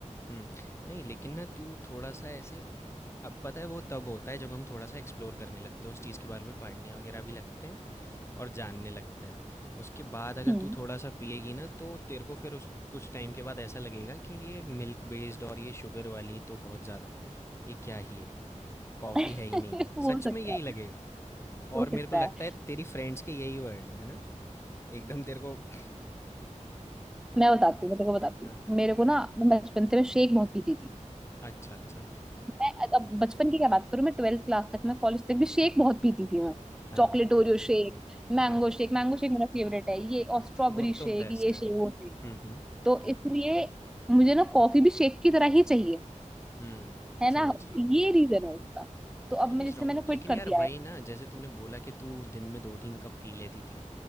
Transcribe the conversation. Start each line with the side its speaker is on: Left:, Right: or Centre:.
Left: हुँ। नहीं लेकिन ना तू थोड़ा-सा ऐसे अब पता है वो तब होता है जब हम थोड़ा-सा एक्सप्लोर करने लगते हैं, उस चीज़ के बारे में पढ़ने वग़ैरह भी लगते हैं और जानने लगते हैं। उसके बाद अगर
Centre: हम्म
Left: तू थोड़ा-सा पिएगी ना तो तेरे को फिर उस कुछ टाइम के बाद ऐसा लगेगा कि ये मिल्क बेस्ड और ये शुगर वाली तो बहुत ज़्यादा, ये क्या ही है? कॉफ़ी
Centre: <laughs>
Left: है ही नहीं है।
Centre: हो
Left: सच
Centre: सकता
Left: में यही
Centre: है
Left: लगेगा। और
Centre: हो
Left: मेरे
Centre: सकता
Left: को लगता
Centre: है
Left: है तेरी फ्रेंड्स के यही वर्ड है है ना एकदम तेरे को <laughs>
Centre: मैं बताती हूँ मैं तेरे को बताती
Left: हाँ
Centre: हूँ मेरे को ना मैं बचपन से मैं शेक बहुत पीती थी
Left: अच्छा अच्छा
Centre: मैं अब बचपन की क्या बात करूं मैं ट्वेल्थ क्लास तक मैं कॉलेज तक भी शेक बहुत पीती थी मैं
Left: हाँ
Centre: Chocolate Oreo shake mango
Left: हाँ
Centre: shake mango shake मेरा फेवरेट है ये और स्ट्रॉबेरी
Left: वो तो
Centre: शेक
Left: बेस्ट
Centre: ये
Left: है
Centre: शेक वो शेक
Left: हम्म हम्म
Centre: तो इसलिए मुझे ना कॉफी भी शेक की तरह ही चाहिए
Left: हम्म
Centre: है
Left: समझ
Centre: ना
Left: रहा हूँ
Centre: ये रीजन है उसका तो अब
Left: समझ
Centre: मैं जैसे
Left: रहा हूँ
Centre: मैंने क्विट
Left: लेकिन
Centre: कर
Left: यार
Centre: दिया
Left: वही
Centre: है
Left: ना जैसे तूने बोला कि तू दिन में दो तीन कप पी लेती थी